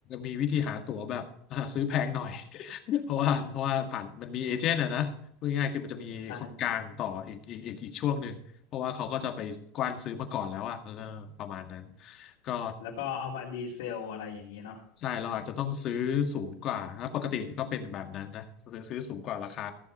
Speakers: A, on the left (about 45°); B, on the left (about 80°).
A: มีวิธีหาตั๋วแบบ <laughs> อ่าซื้อแพงหน่อย <laughs> เพราะว่าเพราะว่าผ่านมันมีเอเจนต์อะนะพูดง่ายๆคือมันจะมีคนกลางต่ออีกอีกอีกอีกช่วงหนึ่งเพราะว่าเขาก็จะไปกว้านซื้อมาก่อนแล้วอะเออประมาณนั้น
B: ใช่
A: ก็
B: แล้วก็เอามารีเซลอะไรอย่างนี้เนาะ
A: ใช่เราอาจจะต้องซื้อสูงกว่าถ้าปกติก็เป็นแบบนั้นนะซื้อซื้อสูงกว่าราคา